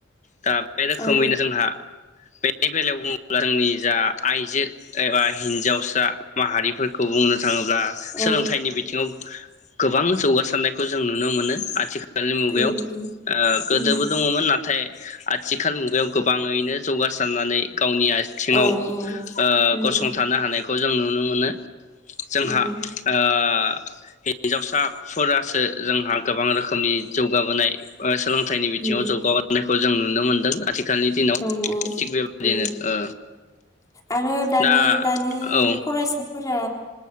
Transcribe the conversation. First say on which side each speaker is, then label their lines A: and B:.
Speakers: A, on the left (about 40°); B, on the left (about 20°).
A: दा बे रोखोमैना
B: उम
A: जोंहा बेनि बेलायाव बुङोब्ला जोंनि जा आइजो एबा हिनजावसा माहारिफोर खौ बुंनो थाङोब्ला
B: औ
A: सोलोंथाइनि
B: उम औ
A: बिथिङाव गोबां जौगासारनायखौ जों नुनो मोनो आथिखाल आथिखालनि मुगायाव
B: उम
A: ओ
B: उम
A: गोदोबो
B: उम
A: दङमोन नाथाय आथिखाल मुगायाव गोबाङैनो जौगासारनानै गावनिया आथिङाव
B: औ औ
A: ओ
B: उम
A: गसंथानो हानाय खौ जों नुनो मोनो। जोंहा
B: उम
A: ओ हि हिन्जावसाफोरासो जोंहा गोबां रोखोमनि जौगाबोनाय ओ सोलों थाइनि बिथिंआव
B: उम
A: जौगाबोनायखौ जों नु नुनो मोनदों आथिख <unintelligible> दिनाव
B: औ औ
A: थिग बेबादिनो
B: उम
A: ओ
B: आरो दानि
A: दा
B: दानि
A: औ
B: फरायसाफोरा